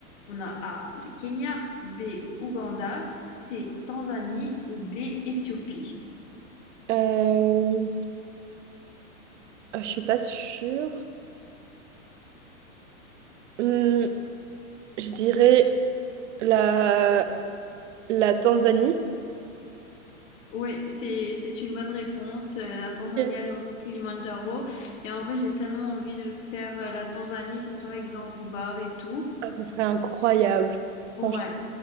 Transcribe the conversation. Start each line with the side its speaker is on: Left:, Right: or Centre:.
Left: On a A, le Kenya, B, Ouganda, C, Tanzanie ou D, Éthiopie.
Right: Euh, ah, je suis pas sûre. Hum, je dirais. La, la Tanzanie,
Left: Oui, c'est c'est une bonne réponse. Euh, La Tanzanie
Right: Ok.
Left: a le mont Kilimandjaro. Et en vrai, j'ai tellement envie de faire euh, la Tanzanie, surtout avec Zanzibar et tout.
Right: ah, ça serait incroyable.
Left: Ouais.
Right: Franchement,